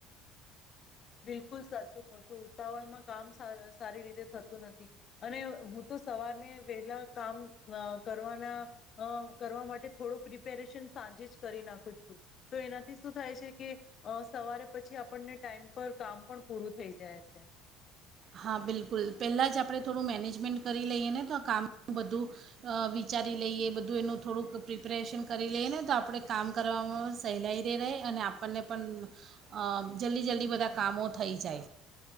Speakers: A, on the left; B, on the right.
A: બિલકુલ સાચું કહ છું ઉતાવળમાં કામ સારી રીતે થતું નથી, અને હું તો સવારને વહેલા કામ કરવાના, કરવા માટે થોડું પ્રિપેરેશન સાંજે જ કરી નાખું છું, તો એનાથી શું થાય છે કે સવારે પછી આપણને ટાઈમ પર કામ પણ પૂરું થઈ જાય છે.
B: હા બિલકુલ પહેલાં જ આપણે થોડું મેનેજમેન્ટ કરી લઈએ ને તો કામનું બધું, વિચારી લઈએ બધું એનું થોડુંક પ્રિપેરેશન કરી લઈએ ને તો આપણે કામ કરવામાં સહેલાઈ ર રહે અને આપણને પણ, જલ્દી જલ્દી બધા કામો થઈ જાય.